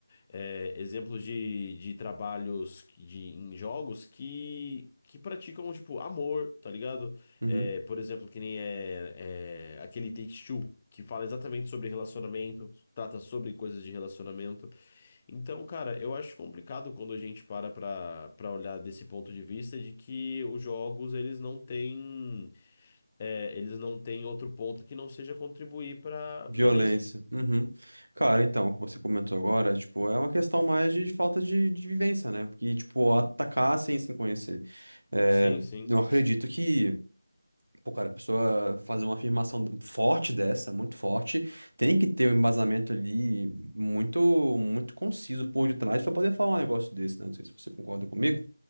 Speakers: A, on the left; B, on the right.
A: é, exemplos de, de trabalhos de, em jogos que, que praticam, tipo, amor, tá ligado?
B: Uhum.
A: É, por exemplo, que nem é, é aquele Take-Two, que fala exatamente sobre relacionamento, trata sobre coisas de relacionamento. Então, cara, eu acho complicado quando a gente para pra, pra olhar desse ponto de vista de que os jogos, eles não têm, é, eles não têm outro ponto que não seja contribuir pra
B: Violência.
A: violência.
B: Uhum. Cara, então, o que você comentou agora, tipo, é uma questão mais de falta de, de vivência, né? Porque, tipo, atacar assim, sem se conhecer. É,
A: Sim, sim.
B: eu acredito que, pô, cara, a pessoa fazer uma afirmação forte dessa, muito forte, tem que ter um embasamento ali muito, muito conciso por detrás pra poder falar um negócio desse, né? Não sei se você concorda comigo.